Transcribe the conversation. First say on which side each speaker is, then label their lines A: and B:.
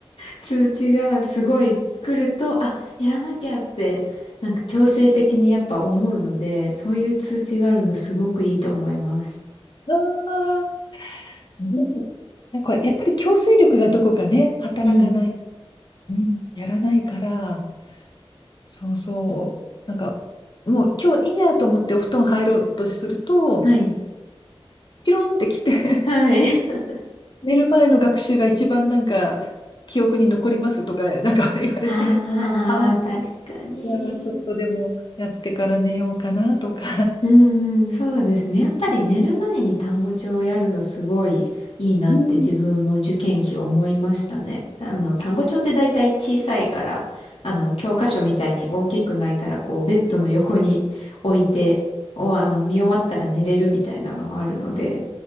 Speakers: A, on the left; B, on the left.
A: 通知がすごい来ると、あ、やらなきゃって、なんか強制的にやっぱ思うので、そういう通知があるのすごくいいと思います。
B: ああ、ねなんかやっぱり強制力がどこかね、働かない、
A: うん。
B: うん、やらないから、そうそう。なんか、もう今日いいやと思ってお布団入ろうとすると、
A: はい。
B: ピロンって来て
A: はい。
B: <laughs>
A: <laughs>
B: 寝る前の学習が一番なんか、記憶に残りますとか、なんか <laughs> 言われて、
A: ああ、
B: ああ、
A: 確かに。
B: じゃあちょっとでもやってから寝ようかなとか。
A: うんうん、そうですね。やっぱり寝る前に単語帳をやるのすごいいいなって自分も受験期思いましたね。
B: うん。
A: あの、単語帳って大体小さいから、あの、教科書みたいに大きくないから、こう、ベッドの横に置いて、お、あの、見終わったら寝れるみたいなのもあるので、